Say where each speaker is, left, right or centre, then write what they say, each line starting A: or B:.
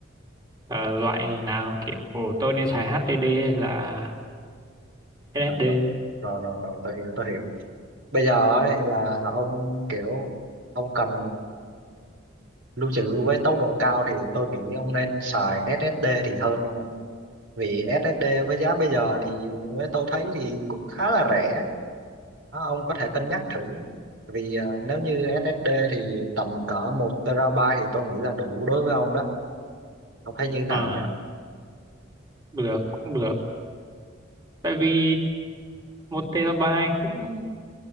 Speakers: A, on the right; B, on the right.
A: ờ, loại nào kiểu ồ, tôi nên xài HDD hay là SSD
B: À, rồi, rồi, rồi, rồi, tôi hiểu, tôi hiểu. bây giờ ấy là ông kiểu ông cần lưu trữ với tốc độ cao thì tôi nghĩ ông nên xài SSD thì hơn ông ạ vì SSD với giá bây giờ thì với tôi thấy thì cũng khá là rẻ đó, ông có thể cân nhắc thử vì à, nếu như SSD thì tầm cỡ một terabyte thì tôi nghĩ là đủ đối với ông đó ông thấy như nào
A: Ờ,
B: nhỉ
A: được cũng được tại vì một terabyte cũng